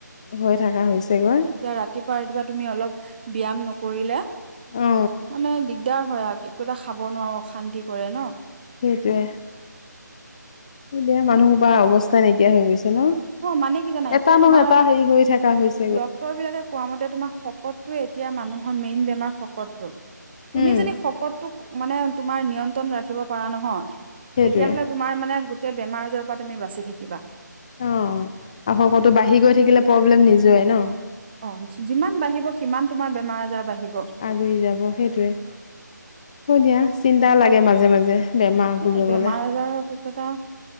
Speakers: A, on the left; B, on the right.
A: হৈ থকা হৈছেগৈ
B: এতিয়া ৰাতিপুৱা ৰাতিপুৱা তুমি অলপ ব্যায়াম নকৰিলে
A: অ
B: মানে দিগদাৰ হয় আৰু একো এটা খাব নোৱাৰো অশান্তি কৰে ন।
A: সেইটোৱে। দুনীয়াৰ মানুহ সোপা অৱস্থাই নাইকিয়া হৈ গৈছে। ন
B: মানে কি জানা এতিয়া
A: এটা নহয়
B: তোমাৰ
A: এটা হেৰি হৈ থকা হৈছে।
B: ডক্তৰ বিলাকে কোৱা মতে তোমাৰ শকতটোৱে এতিয়া। মানুহৰ মেইন বেমাৰ শকতটো। তুমি
A: উম
B: যদি শকতটোক মানে তোমাৰ নিয়ন্ত্ৰণ ৰাখিব পাৰা নহয়।
A: সেইটোৱে
B: তেতিয়া হ'লে তোমাৰ মানে গো তেই বেমাৰ আজাৰৰ পৰা তুমি বাচি থাকা
A: অ আৰু শকতটো বাঢ়ি গৈ থাকিলে প্ৰব্লেম নি জৰেই ন
B: অ যিমান বাঢ়িব সিমান তোমাৰ বেমাৰ আজাৰ বাঢ়িব
A: আগুৰি যাব সেইটোৱে কৈ দিয়া। চিন্তা লাগে মাজে মাজে। বেমাৰ
B: সেয়া
A: বুলি
B: বেমাৰ
A: ক'লে
B: আজাৰৰ পিছত আৰু।